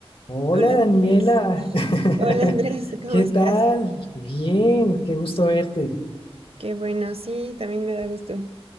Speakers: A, on the left (about 60°); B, on the right (about 75°).
A: Hola
B: Hola
A: Daniela,
B: Andrés.
A: <laughs>
B: Hola Andrés, ¿cómo
A: ¿qué
B: estás?
A: tal? Bien, qué gusto verte.
B: Qué bueno, sí, también me da gusto.